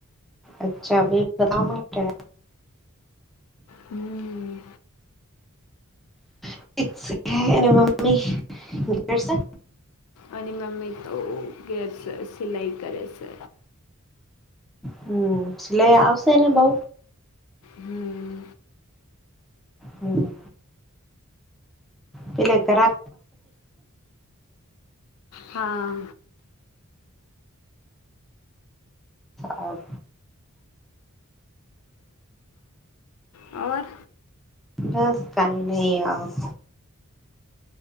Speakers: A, in the centre; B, on the left.
A: અચ્છા બે બધ માટે
B: હમ્મ
A: ઠીક છે. એને મમ ગર છે.
B: અને મમ્મી તો ગેરસ સિલાઈ કરે છે.
A: હમ સિલાઈ આવશે ને બઉ
B: હમ
A: હમ્મ બલેગ દરા
B: હા
A: હ
B: ઓર
A: બસ ફાઈનલી આપ.